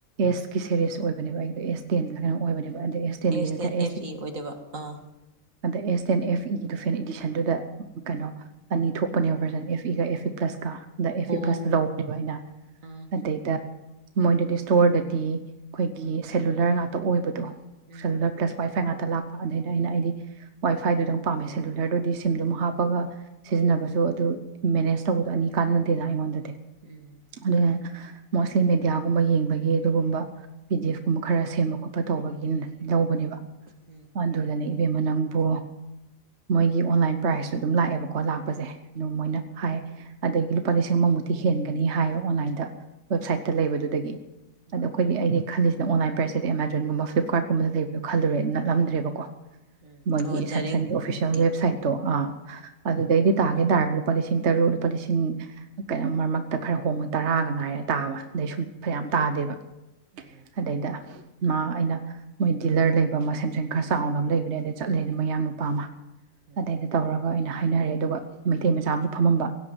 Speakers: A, on the right (about 60°); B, on the right (about 75°).
A: ꯑꯦꯁ ꯁꯦꯔꯦꯁ ꯑꯣꯏꯕꯅꯦꯕ ꯑꯩꯗꯣ ꯑꯦꯁ ꯇꯦꯟꯒꯅ ꯑꯣꯏꯕꯅꯦꯕ ꯑꯗꯨꯗꯤ ꯑꯦꯁ
B: ꯎꯝ
A: ꯇꯦꯟꯒꯤ
B: ꯇꯦꯟ ꯑꯦꯐ ꯏ ꯑꯣꯏꯗꯕ ꯑꯥ
A: ꯑꯗꯥ ꯑꯦꯁ ꯇꯦꯟ ꯑꯦꯐ ꯏꯗꯨ ꯐꯦꯟ ꯏꯗꯤꯁꯟꯗꯨꯗ ꯀꯩꯅꯣ ꯑꯅꯤ ꯊꯣꯛꯄꯅꯦꯕ ꯚꯔꯖꯟ ꯑꯦꯐ ꯏꯒ ꯑꯦꯐ ꯏ ꯄ꯭ꯂꯁꯀ ꯑꯦꯐ
B: ꯑꯣ
A: ꯏꯤ ꯐꯁꯇ ꯂꯧꯕꯅꯦꯕ ꯑꯩꯅ
B: ꯑꯥ
A: ꯑꯗꯩꯗ ꯃꯣꯏꯗꯨꯗꯤ ꯁ꯭ꯇꯣꯔꯗꯗꯤ ꯑꯩꯈꯣꯏꯒꯤ ꯁꯦꯂꯨꯂꯔ ꯉꯥꯛꯇ ꯑꯣꯏꯕꯗꯁ
B: ꯎꯝ ꯎꯝ
A: <unintelligible> <unintelligible> ꯂꯥꯛꯄ ꯑꯗꯩꯗ ꯑꯩꯅ ꯑꯩꯗꯤ ꯋꯥꯏꯐ ꯁ꯭ꯏꯗꯨꯗꯪ ꯄꯥꯝꯃꯦ ꯁꯦꯂꯨꯂꯔꯗꯨꯗꯤ ꯁꯤꯝꯗꯨ ꯑꯃꯨꯛ ꯍꯥꯞꯄꯒ ꯁꯤꯖꯤꯟꯅꯕꯁꯨ ꯑꯗꯨ ꯃꯦꯅꯦꯖ ꯇꯧꯕꯗꯣ ꯑꯅꯤ ꯀꯥꯟꯅꯗꯦꯗ ꯑꯩꯉꯣꯟꯗꯗꯤ
B: ꯎꯝ
A: ꯑꯗꯨꯅ ꯃꯣꯁꯂꯤ ꯃꯦꯗꯤꯌꯥꯒꯨꯝꯕ ꯌꯦꯡꯕꯒꯤ ꯑꯗꯨꯒꯨꯝꯕ ꯄꯤ ꯗꯤ ꯑꯦꯐ ꯀꯨꯝꯕ ꯈꯔ ꯁꯦꯝꯕ ꯈꯣꯠꯄ ꯇꯧꯕꯒꯤꯅ ꯂꯧꯕꯅꯦꯕ
B: ꯎꯝ
A: ꯑꯗꯨꯗꯅꯦ ꯏꯕꯦꯝꯃꯅꯪꯕꯨ ꯃꯣꯏꯒꯤ ꯑꯣꯟꯂꯥꯏꯟ ꯄ꯭ꯔꯥꯏꯁꯁꯨꯨ ꯑꯗꯨꯝ ꯂꯥꯛꯑꯦꯕꯀꯣ ꯂꯥꯛꯄꯁꯦ ꯃ‌ꯣꯏꯅꯥ ꯍꯥꯏ ꯑꯗꯒꯤ ꯂꯨꯄꯥ ꯂꯤꯁꯤꯡ ꯑꯃꯃꯨꯛꯇꯤ ꯍꯦꯟꯒꯅꯤ ꯍꯥꯏꯕ ꯑꯣꯟꯂꯥꯏꯟꯗ ꯋꯦꯕꯁꯥꯏꯠꯇ
B: ꯎꯝ ꯎꯝ
A: ꯂꯩꯕꯗꯨꯗꯒꯤ
B: ꯎꯝ
A: ꯑꯗꯣ ꯑꯩꯈꯣꯏꯗꯤ ꯑꯩꯅ ꯈꯜꯂꯤꯁꯤꯅ ꯑꯣꯟꯂꯟ ꯄ꯭ꯔꯥꯏꯁꯗ ꯑꯦꯥꯖꯣꯟꯨꯝꯕ ꯐ꯭ꯞꯀꯥꯔꯠꯨꯝꯕ ꯂꯩꯕꯗꯣ ꯈꯜꯂꯨꯔꯦ ꯅꯠꯂꯝꯗ꯭ꯔꯦꯕꯀꯣ
B: ꯎꯝ
A: ꯃꯣꯏꯒꯤ
B: ꯑꯣ ꯗꯥꯏꯔꯦꯛ
A: ꯁꯥꯝꯁꯪꯒꯤ ꯑꯣꯐꯤꯁꯦꯜ
B: ꯕ꯭ꯔꯦꯟꯒꯤ
A: ꯋꯦꯕꯁꯥꯏꯠꯇꯣ ꯑꯥ ꯑꯗꯨꯗꯩꯗꯤ ꯇꯥꯒꯦ ꯇꯥ ꯂꯨꯄꯥ ꯂꯤꯁꯤꯡ ꯇꯔꯨꯛ ꯂꯨꯄꯥ ꯂꯤꯁꯤꯡ ꯀꯩꯅꯣ ꯃꯔ ꯃꯔꯛꯇ ꯈꯔ ꯍꯣꯡꯕ ꯇꯔꯥꯒ ꯉꯥꯏꯔ ꯇꯥꯕ ꯑꯗꯩ ꯁꯨꯝ ꯐꯌꯥꯝ
B: ꯎꯝ
A: ꯇꯥꯗꯦꯕ
B: ꯎꯝ
A: ꯑꯗꯩꯗ ꯃꯥ ꯑꯩꯅ ꯃꯣꯏ ꯗꯤꯂꯔ ꯂꯩꯕ ꯑꯃ ꯁꯦꯝꯁꯦꯟ ꯈꯔ ꯆꯥꯎꯅ ꯑꯃ ꯂꯩꯕꯅꯦ ꯑꯗ ꯆꯠꯂꯦꯅ ꯃꯌꯥꯡ ꯅꯨꯄꯥ ꯑꯃ
B: ꯎꯝ
A: ꯑꯗꯩꯗ ꯇꯧꯔꯒ ꯑꯣꯏꯅ ꯍꯥꯏꯅꯔꯦ ꯑꯗꯨꯒ ꯃꯩꯇꯩ ꯃꯆꯥ ꯑꯃꯁꯨ ꯐꯝꯃꯝꯕ